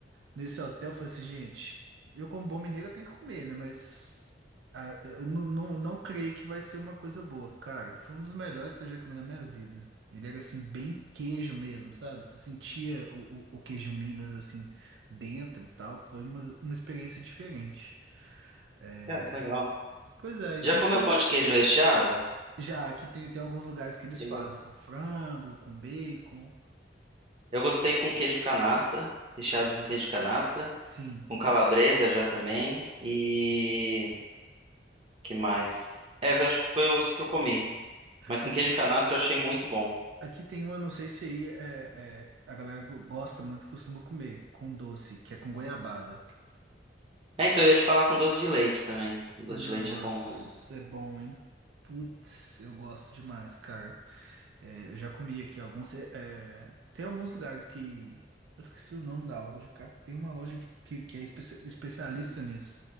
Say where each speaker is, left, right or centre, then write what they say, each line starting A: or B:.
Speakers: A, on the right; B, on the right.
A: Nesse hotel, eu falei assim, gente, eu como bom mineiro eu tenho que comer, né? Mas ah, eu não, não, não creio que vai ser uma coisa boa. Cara, foi um dos melhores que eu já comi na minha vida. Ele era, assim, bem queijo mesmo, sabe? Você sentia o, o, o queijo Minas, assim, dentro e tal. Foi uma, uma experiência diferente. É,
B: Cara, que legal.
A: Pois é, então,
B: Já comeu
A: tipo,
B: pão de queijo recheado?
A: já aqui tem, tem alguns lugares que eles
B: Tem
A: fazem
B: ba-
A: com frango, com bacon.
B: Eu gostei com queijo canastra, recheado com queijo canastra,
A: Sim.
B: com calabresa já também, e... que mais? É, eu acho que foi os que eu comi, mas com
A: Aqui,
B: queijo canastra eu achei muito bom.
A: aqui tem um, eu não sei se aí é, é- a galera go- gosta muito, costuma comer com doce, que é com goiabada.
B: É, então eu ia te falar com doce de leite também. Doce
A: Nossa,
B: de leite é bom também.
A: é bom, hein? Putz, eu gosto demais, cara. É, eu já comi aqui alguns. é, é, tem alguns lugares que. Eu esqueci o nome da loja, cara. Tem uma loja que, que, que é espe- especialista nisso.